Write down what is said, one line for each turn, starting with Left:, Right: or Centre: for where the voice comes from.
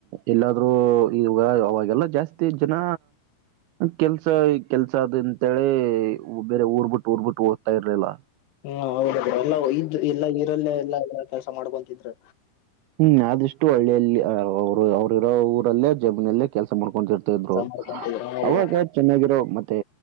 Right: ಎಲ್ಲಾದ್ರೂ ಈ ಅವಾಗೆಲ್ಲ ಜಾಸ್ತಿ ಜನ. ಕೆಲ್ಸ ಈ ಕೆಲ್ಸ ಅದ ಅಂತೇಳೆ ಬೇರೆ ಊರ್ ಬಿಟ್ಟು ಊರ್ ಬಿಟ್ಟು ಹೋಗ್ತಾ ಇರ್ಲಿಲ್ಲ.
Left: ಹ್ಮ ಹೌದ ಬ್ರೋ ಎಲ್ಲಾ ಇದ್ ಎಲ್ಲಾ ಈರಲ್ಲೆ ಎಲ್ಲಾ ಎಲ್ಲ ಕೆಲಸ ಮಾಡ್ಕೊಂತಿದ್ರೆ.
Right: ಹ್ಮ್ ಆದಿಷ್ಟು ಹಳ್ಳಿಯಲ್ಲಿ ಅವ್ರು ಅವ್ರ ಇರೋ ಊರಲ್ಲೇ ಜಮೀನಲ್ಲೇ ಕೆಲ್ಸ ಮಾಡ್ಕೊರ್ತಾರೆ. ಇದ್ರು
Left: ಕೆಲ್ಸ ಮಾಡ್ಕೊಂತಿದ್ರು ಹಾ
Right: ಅವಾಗ
Left: ಬ್ರೋ
Right: ಚೆನ್ನಾಗಿರೋ ಮತ್ತೆ